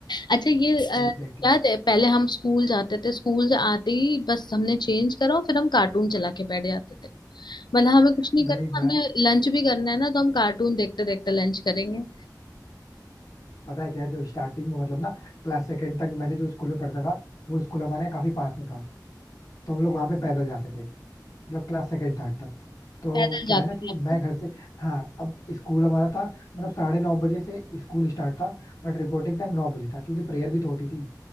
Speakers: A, on the left; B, on the left.
A: अच्छा ये अ,
B: Exactly
A: याद है पहले हम स्कूल जाते थे स्कूल से आते ही बस हमने चेंज करा और फिर हम कार्टून चला के बैठ जाते थे मतलब हमें
B: exactly.
A: कुछ नहीं करना
B: नहीं मैं
A: हमने लंच भी करना है ना तो हम कार्टून देखते देखते लंच करेंगे
B: पता है क्या है, जब स्टार्टिंग में मतलब ना क्लास सेकंड तक मैंने जो स्कूल में पढ़ता था वो स्कूल हमारे यहाँ काफी पास में था तो हम लोग वहां पे पैदल जाते थे मतलब क्लास सेकंड थर्ड तक तो
A: पैदल
B: क्या
A: जाते
B: है ना कि
A: थे आप
B: मैं
A: लोग
B: घर से हाँ अब स्कूल हमारा था मतलब साढ़े नौ बजे से स्कूल स्टार्ट था बट रिपोर्टिंग टाइम नौ बजे था क्योंकि प्रेयर भी तो होती थी